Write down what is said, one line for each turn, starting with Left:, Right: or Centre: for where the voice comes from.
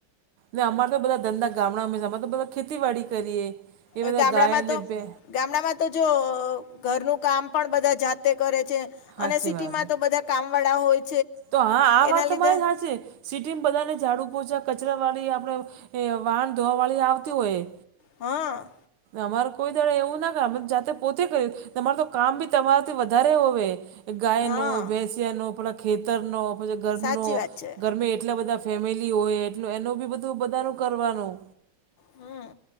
Right: ને અમારો તો બધા ધંધા <unintelligible> અમારે તો બધા ખેતીવાડી કરીએ. એ બધા
Left: અ ગામડામાં
Right: ગાય ને
Left: તો.
Right: બે
Left: ગામડામાં તો જો ઘરનું કામ પણ બધા જાતે કરે છે.
Right: સાચી
Left: અને સિટીમાં
Right: વાત
Left: તો બધા કામ વાળા હોય
Right: તો હા આ વાત
Left: એના
Right: તો
Left: લીધે
Right: મારી હાચી સિટીમાં બધાને ઝાડુ પોંચા કચરા વાળી આપણે વાહણ ધોવા વાળી આવતી હોય
Left: હ
Right: અમારે કોઈ દાડે એવું ના કર જાતે પોતે કરીયું તમાર તો કામ બી તમારાથી વધારે હોવે એ ગાયનો
Left: હા
Right: ભેંસ્યાનો પેલા ખેતરનો પછી ઘરનો
Left: સાચી વાત છે
Right: ઘરમે એટલા બધા ફેમિલી હોય એટલ એનું બી બધું બધાનું કરવાનું
Left: હમ્મ.